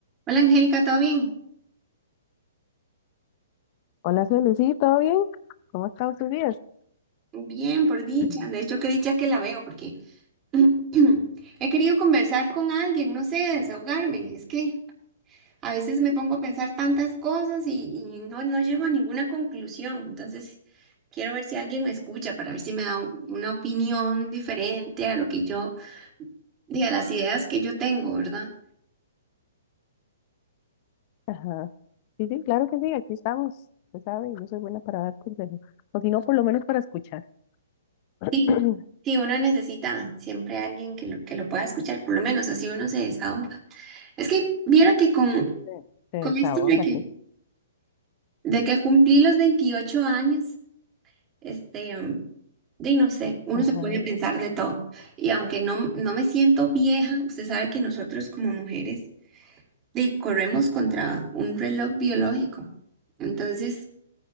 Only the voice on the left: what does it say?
Hola, Celi, sí, ¿todo bien? ¿Cómo están estado sus días?
<clears throat>
Ajá. Sí, sí, claro que sí, aquí estamos. Usted sabe, yo soy buena para dar consejos. O si no, por lo menos para escuchar. <clears throat>
Se se
desahoga,
sí.
Ajá,